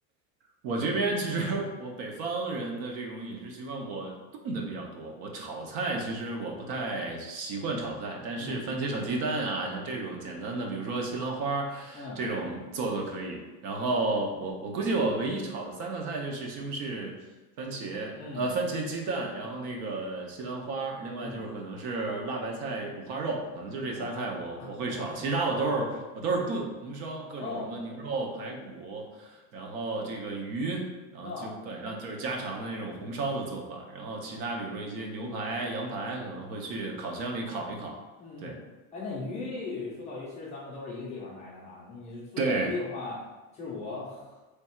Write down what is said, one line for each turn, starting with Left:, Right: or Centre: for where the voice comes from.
Right: 我这边其实我北方人的这种饮食习惯，我炖的比较多。我炒菜其实我不太习惯炒菜，但是番茄炒鸡蛋啊，
Left: 嗯
Right: 像这种简单的，比如说西兰花这种做做可以。
Left: 嗯
Right: 然后我我估计我唯一炒的三个菜就是西红柿、番茄，
Left: 嗯
Right: 呃，番茄鸡蛋，然后那个西兰花另外就是可能是辣白菜、
Left: 嗯
Right: 五花肉，可能就这仨菜我我会炒，
Left: 啊啊
Right: 其他我都是我都是炖、
Left: 呃
Right: 红烧，各种什么牛肉、
Left: 哦
Right: 排骨。然后这个鱼，然后基本上就是家常的那种红烧的做法，
Left: 那。
Right: 然后其他比如说一些牛排、羊排可能会去烤箱里烤一烤，
Left: 嗯嗯，
Right: 对。
Left: 哎，那鱼说到鱼，其实咱们都是一个地方来的哈。你说到鱼的话，
Right: 对，
Left: 其实我很